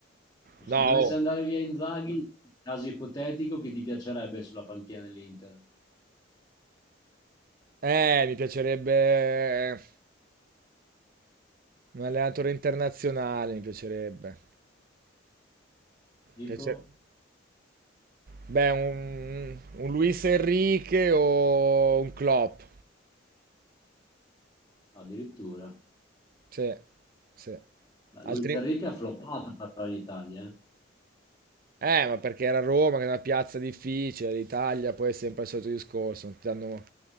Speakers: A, on the left; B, on the right.
A: E
B: No,
A: Se dovesse
B: oh.
A: andare via Inzaghi, caso ipotetico, chi ti piacerebbe sulla panchina dell'Inter?
B: Eh, mi piacerebbe eh, un allenatore internazionale, mi piacerebbe.
A: Tipo?
B: Piace- Beh, un, un Luis Enrique o un Klopp.
A: Addirittura.
B: Sì, sì.
A: Ma
B: Altri...
A: Luis Enrique ha floppato per l'Italia, eh.
B: Eh, ma perché era Roma, che è una piazza difficile, l'Italia poi è sempre il solito discorso, non ti danno,